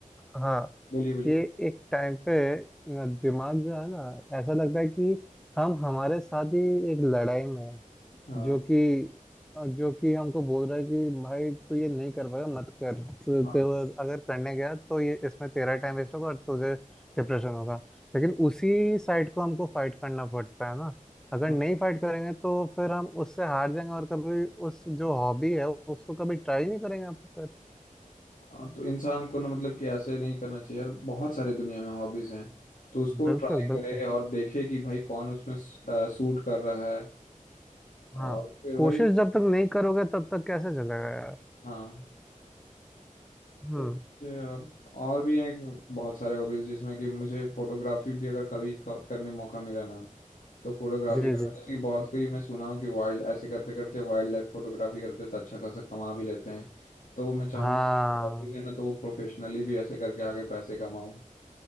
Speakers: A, in the centre; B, on the left.
A: हाँ
B: बोलिए बोलिए
A: ये एक टाइम पे दिमाग जो है ना ऐसा लगता है कि हम हमारे साथ ही एक लड़ाई में है
B: हाँ
A: जो कि जो कि हमको बोल रहा है कि भाई तू ये नहीं कर पाएगा मत कर तू
B: हाँ
A: तू अगर करने गया तो ये इसमें तेरा टाइम वेस्ट होगा और तुझे डिप्रेशन होगा लेकिन उसी साइड को हमको फाइट करना पड़ता है ना अगर
B: हाँ,
A: नहीं फाइट करेंगे तो फिर हम उससे हार जाएंगे और कभी उस जो हॉबी है उसको कभी ट्राई नहीं करेंगे आप फिर
B: हाँ, तो इंसान को ना मतलब कि ऐसे नहीं करना चाहिए यार बहुत सारे दुनिया में हॉबीज हैं तो उसको ट्राई
A: बिल्कुल बिल्कुल
B: करे और देखे कि भाई कौन उसमें सूट कर रहा है और
A: हाँ
B: फिर वही
A: कोशिश जब तक नहीं करोगे तब तक कैसे चलेगा यार
B: हाँ
A: हम्म
B: तो ये और और भी हैं बहुत सारे हॉबीज जिसमें कि मुझे फोटोग्राफी भी अगर कभी क- करने मौका मिला ना तो फोटोग्राफी
A: जी
B: करना
A: जी
B: जैसे कि बहुत कोई मैं सुना हूँ कि वाइल्ड ऐसे करते करते वाइल्ड लाइफ फोटोग्राफी करते तो अच्छा खासा कमा भी लेते हैं तो मैं चाहूंगा
A: हाँ
B: कि वाकई है ना तो वो प्रोफेशनली भी ऐसे करके आगे पैसे कमाऊँ